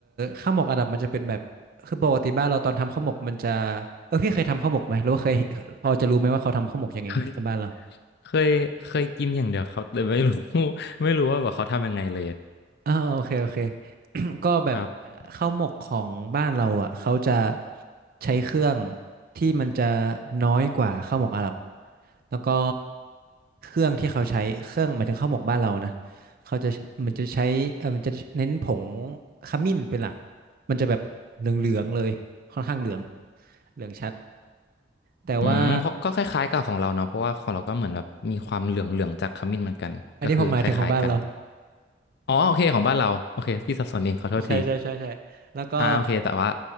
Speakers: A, on the right; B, on the left.
A: ข้าวหมกอาหรับมันจะเป็นแบบคือปกติบ้านเราตอนทำข้าวหมกมันจะเออพี่เคยทำข้าวหมกไหมหรือว่าเคยพอจะรู้ไหมว่าเขาทำข้าวหมกยังไงในบ้านเรา
B: เคยเคยเคยกินอย่างเดียวครับเลยไม่รู้ <laughs> ไม่รู้ว่าแบบเขาทำยังไงเลย
A: อ่าโอเคโอเค <clears throat> ก็แบบเอ่อข้าวหมกของบ้านเราอ่ะเขาจะ
B: ครับ
A: ใช้เครื่องที่มันจะน้อยกว่าข้าวหมกอาหรับแล้วก็เครื่องที่เขาใช้เครื่องหมายถึงข้าวหมกบ้านเรานะเขาจะมันจะใช้เออมันจะเน้นผงขมิ้นเป็นหลักมันจะแบบเหลืองๆเลยค่อนข้างเหลืองเหลืองชัดแต่ว่า
B: อืมเพราะก็คล้ายๆกับของเราเนาะเพราะว่าของเราก็เหมือนแบบมีความเหลืองๆจากขมิ้นเหมือนกันก็คือคล้ายๆกัน
A: อันนี้ผมหมายถึงของบ้านเรา
B: อ๋อโอเคของบ้านเราโอเคพี่สับสนเองขอโทษที
A: ใช่ใช่ใช่ใช่แล้วก็
B: อ่าโอเคแต่ว่า